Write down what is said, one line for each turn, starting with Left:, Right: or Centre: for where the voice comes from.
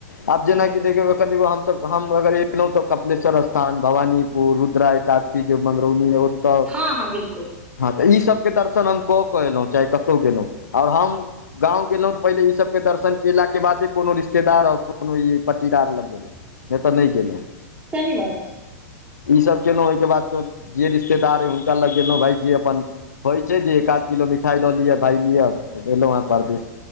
Left: आब जेना
Right: हँ
Left: कि देखियौ हमस हम अगर एलो त कपिलेश्वर स्थान भवानीपुर रुद्रा एकादशी के मगरौली मे ओत
Right: हँ हँ बिल्कुल
Left: हँ तऽ ईसभके दर्शन हम कऽ कऽ एलो चाहे कतौ गेलै आओर हम गाँव गेलो तऽ पहिले ईसभ के दर्शन केलाक के बादे कोनो रिश्तेदार आ कोनो ई पट्टीदार लग गेलहु नहि तऽ नहि गेलहुं
Right: सही बात छै
Left: ई सब केलहुं ओहिके बाद तो जे रिश्तेदार हय हुनका लग गेलों भाय जे अपन होय छै जे एक आध किलो मिठाई लऽ लिय भाय लियअ एलो ह परदेस